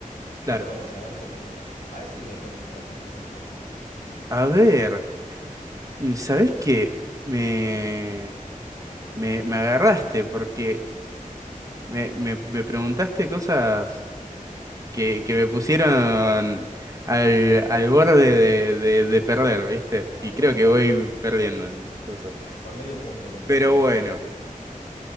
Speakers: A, on the left; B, on the right.
A: Te
B: Claro.
A: toca a vos, a ver, hacer pregunta. A ver si me complicas un poquito las cosas.
B: A ver, ¿sabés qué? Me, me, me agarraste porque me, me, me preguntaste cosas que, que me pusieron al, al borde de, de, de perder, ¿viste? Y
A: A ver,
B: creo
A: a
B: que
A: ver.
B: voy perdiendo en cosas.
A: Por medio punto, ponele,
B: Pero
A: pero
B: bueno.
A: sí.